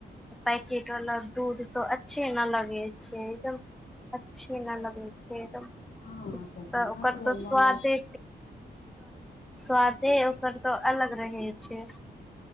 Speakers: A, in the centre; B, on the left.
A: पैकिट वाला दूध तऽ अच्छे न लगै छै एकदम अच्छे न लगै छै एकदम
B: हँ
A: तऽ
B: सखी
A: ओकर
B: हमरो
A: तऽ
B: माय
A: स्वादे स्वादे ओकर तऽ अलग रहै छै